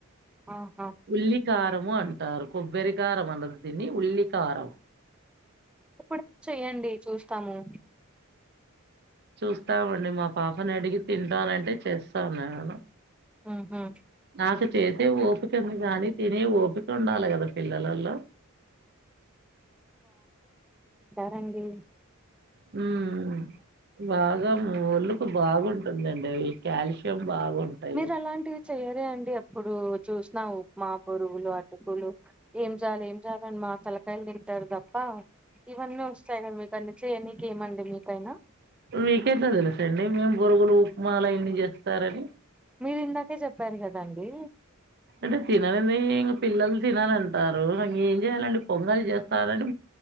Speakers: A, in the centre; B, on the right.
A: ఆహా
B: ఉల్లి కారము అన్ కొబ్బరి ఖారం అందదిని ఉల్లి ఖారం
A: ఇప్పుడు చెయ్యండి చూస్తాము
B: చూస్తామండి మా పాపని అడిగి తింటానంటే చేస్తా నేను
A: ఉహు
B: నాకు చేసే ఒపిక కానీ తినే ఓపిక ఉండాలి కదా పిల్లలల్లో
A: రండి
B: హ్మ్ బాగా ఒళ్లుకు బాగుంటుందండి అవి కాల్షియం బాగుంటాయి.
A: మీరు అలాంటివి చెయరే అండి ఎప్పుడు చూసిన ఉప్మా బొరుగులు అటుకులు ఏం చాలి ఏం చాలని మా తలకాయలు టారు తప్ప ఇవన్నీ వస్తాయి కదా మీకు అన్ని చేయ్యనీకి ఏమండి మీకైనా
B: మీకెట్ల తెలుసు అండి మేము బొరుగులు ఉప్మాలు అయన్ని చేస్తారని
A: మీరు ఇందాకే చెప్పారు కద అండి
B: అంటే తినడమే ఇంకా పిల్లలు తినాలంటారు ఇంగ ఏం చేయాలండి పొంగలి చేస్తారని